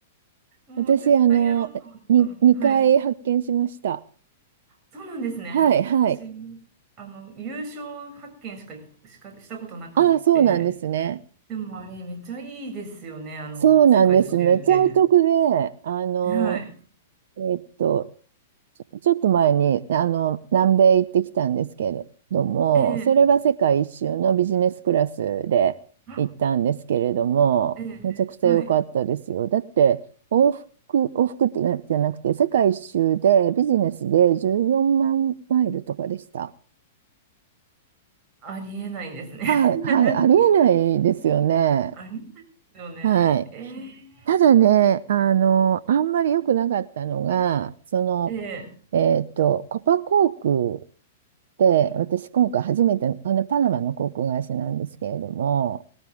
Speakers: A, on the right (about 35°); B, on the right (about 65°).
A: もう絶対やろうと思ってたのに。
B: 私、あの、に、2回発見しました。
A: はい。そうなんですね。
B: はい、はい。
A: 私、あの、優勝発見しか、しかしたことなくって。
B: ああ、そうなんですね。
A: でもあれ、めっちゃいいですよね。あの、
B: そうなんです。
A: 世界一周券。
B: めっちゃお得で、あの、
A: はい。
B: えっと、ちょっと前に、あの、南米行ってきたんですけれども、
A: ええ
B: それは世界一周のビジネスクラスで行ったんですけれども、
A: あええええはい。
B: めちゃくちゃ良かったですよ。だって、往復、往復ってなじゃなくて、世界一周でビジネスで14万マイルとかでした。
A: ありえないですね。
B: はい、
A: <laughs>
B: はい、ありえないですよね。
A: ありますよね。
B: はい。
A: えー、
B: ただね、あの、あんまり良くなかったのが、その、
A: えー、
B: えっと、コパ航空で、
A: はい、
B: 私今回初めて、あの、パナマの航空会社なんですけれども、